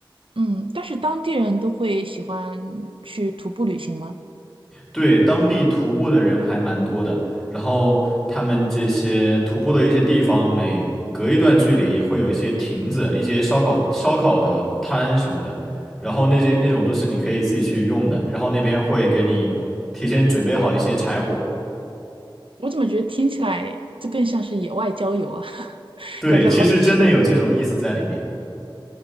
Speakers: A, on the right; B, in the centre.
A: 嗯，但是当地人都会喜欢去徒步旅行吗？
B: 对，当地徒步的人还蛮多的，然后他们这些徒步的一些地方，每隔一段距离也会有一些亭子、一些烧烤烧烤的摊什么的，然后那些那种都是你可以自己去用的，然后那边会给你提前准备好一些柴火。
A: 我怎么觉得听起来这更像是野外郊游啊？<laughs>
B: 对，
A: 感觉好有趣啊！
B: 其实真的有这种意思在里面。